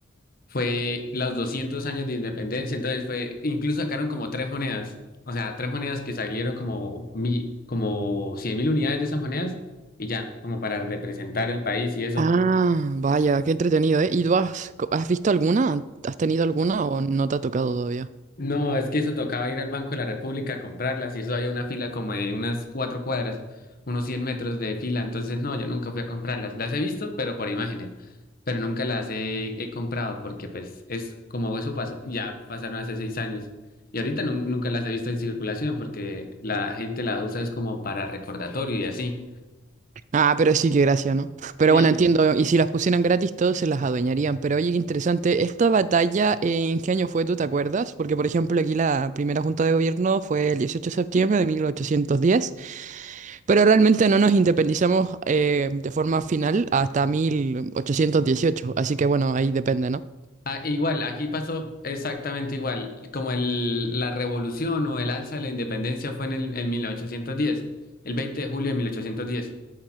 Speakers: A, on the left (about 45°); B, on the right (about 35°).
A: Fue los 200 años de independencia, entonces fue, incluso sacaron como tres monedas, o sea, tres monedas que salieron como mi, como 100 mil unidades de esas monedas y ya, como para representar el país y eso.
B: Ah, vaya, qué entretenido, ¿eh? ¿Y tú has, has visto alguna? ¿Has tenido alguna o no te ha tocado todavía?
A: No, es que eso tocaba ir al Banco de la República a comprarlas y eso había una fila como de unas cuatro cuadras, unos 100 metros de fila. Entonces, no, yo nunca fui a comprarlas. Las he visto, pero por imágenes, pero nunca las he, he comprado porque pues es como eso pasó, ya pasaron hace seis años y ahorita nun- nunca las he visto en circulación porque la gente la usa es como para recordatorio y así.
B: Ah, pero sí, que gracia, ¿no? Pero
A: Sí,
B: bueno, entiendo, y si las pusieran gratis, todos se las adueñarían. Pero oye, qué interesante, ¿esta batalla eh, en qué año fue, tú te acuerdas? Porque, por ejemplo, aquí la primera junta de gobierno fue el dieciocho de septiembre de mil ochocientos diez. pero realmente no nos independizamos eh, de forma final hasta 1818. así que bueno, ahí depende, ¿no?
A: Ah, igual, aquí pasó exactamente igual, como el, la revolución o el alza de la independencia fue en el en 1810, el 20 de julio de 1810.